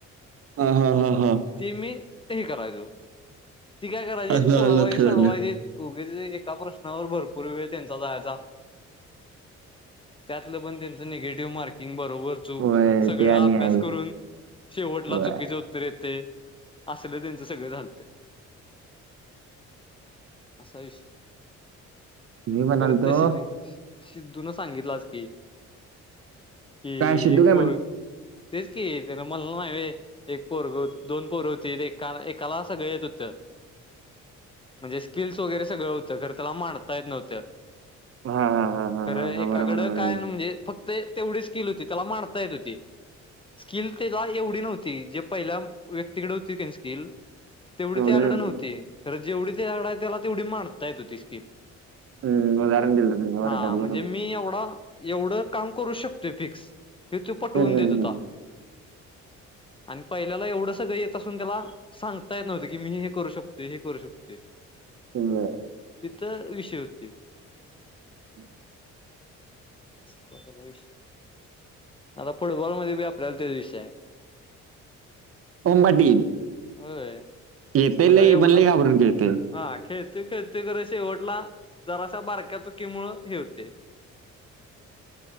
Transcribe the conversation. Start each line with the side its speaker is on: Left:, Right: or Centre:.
Right: हा हा हा हा
Left: ते मी हे करायचो. ती काय करायची
Right: आलं
Left: सोडवायचे
Right: आलं लक्षात
Left: सोडवायचे
Right: आलं
Left: उगचच एका प्रश्नावर भरपूर वेळ त्यांचा जायचा. त्यातलं पण त्यांचं निगेटिव्ह मार्किंग बरोबर चूक
Right: होय
Left: सगळ
Right: ते आणि
Left: अभ्यास
Right: आहे
Left: करून शेवटला
Right: होय
Left: चुकीचे उत्तर येते. असल त्यांचं सगळ झालत असा विषय.
Right: मी म्हणालतो
Left: परत <unintelligible> सिद्धून सांगितलं आज की कि
Right: काय सिद्धू
Left: एक
Right: काय
Left: पोर
Right: म्हणलं
Left: तेच कि तेनं म्हणल नाही वय एक पोरग होत दोन पोर होती एका एकाला सगळं येत होत म्हणजे स्किल्स वगैरे सगळं होतं खर त्याला मांडता येत नव्हत्या.
Right: हा. हा हा हा
Left: खरं
Right: हा हा
Left: एकाकडं
Right: बरोबर बरोबर
Left: काय म्हणजे फक्त तेवढीच स्किल होती त्याला मांडता येत होती. स्किल त्याला एवढी नव्हती जे पहिल्या व्यक्तीकडे होती कनी स्किल तेवढी
Right: एवढे
Left: ते त्माकडं
Right: नव्हते.
Left: नव्हती खरं जेवढी त्याच्याकड आहे त्याला तेवढी मांडता येत होती स्किल.
Right: हम्म उदाहरण दिलं तुम्ही
Left: हा
Right: वर्गात बरोबर
Left: म्हणजे मी एवढा एवढं काम करू शकतोय फिक्स हे तू पटवून
Right: हम्म हम्म
Left: देत होता.
Right: हम्म
Left: आणि पहिल्याला एवढं सगळं येत असून त्याला सांगता येत नव्हतं की मी हे करू शकतोय हे करू शकतो.
Right: बर.
Left: तिथ विषय होती
Right: हम <unintelligible> <inaudible>
Left: सगळा सगळ वि <unintelligible> आता फुटबॉलमध्ये बी आपल्याला तेच विषय हाय.
Right: उंबट इली <unintelligible>
Left: होय.
Right: येते
Left: आता
Right: लयी
Left: एवढा
Right: पण लयी घाबरून खेळतय.
Left: हा खेळत खेळते खर शेवटला जराशा बारक्याच चुकिमुळ हे होतय